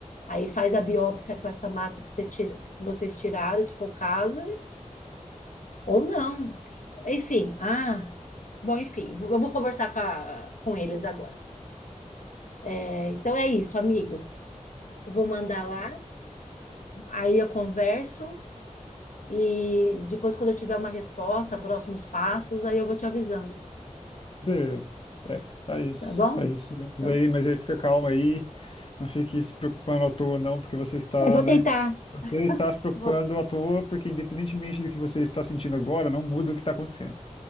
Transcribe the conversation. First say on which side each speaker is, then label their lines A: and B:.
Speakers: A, on the left; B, on the left.
A: aí faz a biópsia com essa massa que você tira- que vocês tiraram, se for o caso, e- ou não. Enfim, ah, bom, enfim, eu vou conversar com, a- com eles agora. É, então é isso, amigo. Vou mandar lá, aí eu converso. E depois, quando eu tiver uma resposta, próximos passos, aí eu vou te avisando,
B: Beleza. É, faz,
A: tá bom?
B: faz isso mesmo
A: Então,
B: daí, mas aí fica calmo aí. Não fique se preocupando à toa, não, porque você está,
A: Eu vou
B: né?
A: tentar.
B: Você está se preocupando
A: vou...
B: à toa, porque independentemente do que você está sentindo agora, não muda o que está acontecendo.